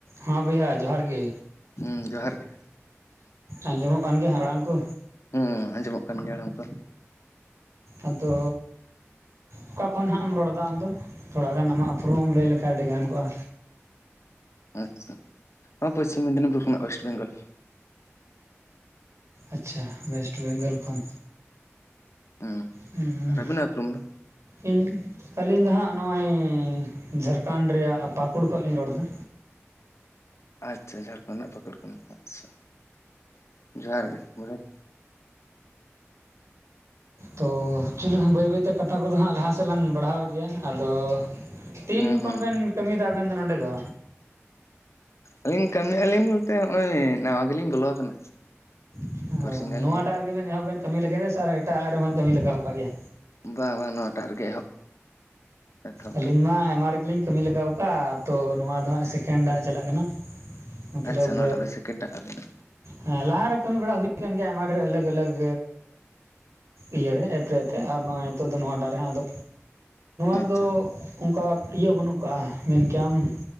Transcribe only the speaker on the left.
ᱦᱩᱸ ᱡᱚᱦᱟᱨ ᱜᱮ
ᱦᱮᱸ ᱦᱮᱸ ᱟᱸᱡᱚᱢᱚᱜ ᱠᱟᱱ ᱜᱮᱭᱟ ᱟᱲᱟᱝ ᱠᱚ
ᱟᱪᱪᱷᱟ ᱦᱚᱸ ᱯᱚᱥᱪᱷᱤᱢ ᱢᱮᱫᱽᱱᱤᱯᱩᱨ ᱠᱷᱚᱱᱟᱜ ᱚᱭᱮᱥᱴ ᱵᱮᱝᱜᱚᱞ
ᱦᱩᱸ
ᱟᱨ ᱟᱹᱵᱤᱱᱟᱜ ᱩᱯᱨᱩᱢ ᱫᱚ
ᱟᱪᱪᱷᱟ ᱡᱷᱟᱨᱠᱷᱚᱸᱰ ᱨᱮᱱᱟᱜ ᱯᱟᱹᱠᱩᱲ ᱠᱷᱚᱱ ᱟᱪᱪᱷᱟ ᱡᱚᱦᱟᱨ ᱜᱮ <unintelligible>
ᱦᱩᱸ
ᱦᱩᱸ
ᱟᱹᱞᱤᱧ ᱠᱟᱹᱢᱤ ᱮ ᱟᱹᱞᱤᱧ ᱵᱚᱞᱛᱮ ᱱᱚᱜᱼᱚᱭ ᱱᱟᱣᱟ ᱜᱮᱞᱤᱧ ᱵᱚᱞᱚ ᱟᱠᱟᱱᱟ
ᱵᱟᱨᱥᱤᱧ ᱜᱟᱱ
ᱞᱤᱧ ᱦᱩᱭᱩᱜ ᱠᱟᱱᱟ
ᱵᱟᱝ ᱵᱟᱝ ᱱᱚᱣᱟᱴᱟᱜ ᱨᱮᱜᱮ ᱮᱦᱚᱵ ᱮᱛᱚᱦᱚᱵ
ᱫᱚ
ᱟᱪᱪᱷᱟ ᱱᱚᱣᱟᱴᱟᱜ ᱫᱚ ᱥᱮᱠᱮᱱᱰ ᱴᱟᱜ ᱟᱵᱤᱱᱟᱜ
ᱟᱪᱪᱷᱟ